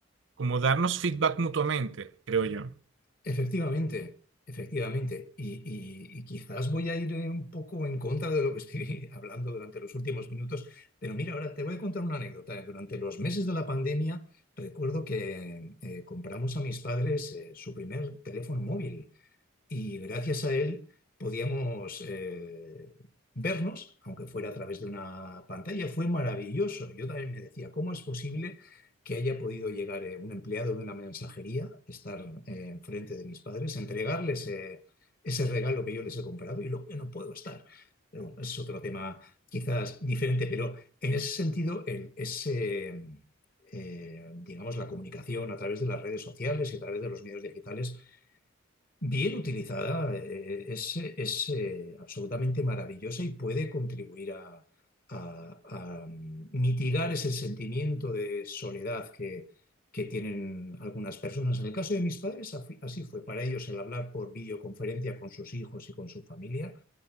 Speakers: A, on the right; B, on the left.
A: cómo darnos feedback mutuamente, creo yo.
B: Efectivamente, efectivamente. Y, y- y quizás voy a ir eh, un poco en contra de lo que estoy <laughs> hablando durante los últimos minutos, pero mira, ahora te voy a contar una anécdota. Durante los meses de la pandemia, recuerdo que eh, compramos a mis padres eh, su primer teléfono móvil y gracias a él podíamos eh, vernos, aunque fuera a través de una pantalla. Fue maravilloso. Yo también me decía, ¿cómo es posible que haya podido llegar eh, un empleado de una mensajería, estar eh, enfrente de mis padres, entregarles eh, ese regalo que yo les he comprado y luego yo no puedo estar? Pero bueno, es otro tema quizás diferente, pero en ese sentido, el- ese, eh, digamos, la comunicación a través de las redes sociales y a través de los medios digitales Bien utilizada, eh, es, es, eh, absolutamente maravillosa y puede contribuir a, a- a, mm, mitigar ese sentimiento de soledad que, que tienen algunas personas. En el caso de mis padres, afi- así fue. Para ellos el hablar por videoconferencia con sus hijos y con su familia